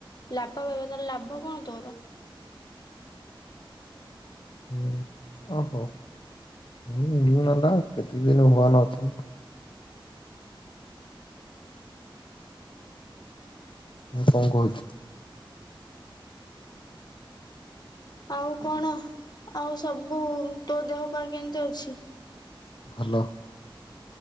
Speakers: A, on the left; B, on the left.
A: ଲାଭ ପାଇବ ତାହଲେ ଲାଭ କଣ ତୋର?
B: ହୁଁ ଓ ହଉ ନେଲେ ନେଲା କେତେ ଦିନ ଭଗବାନ ଅଛନ୍ତି। କଁ କହୁଛୁ
A: ଆଉ କଣ ଆଉ ସବୁ ତୋ ଦେହ ପା କେମତି ଅଛି?
B: ଭଲ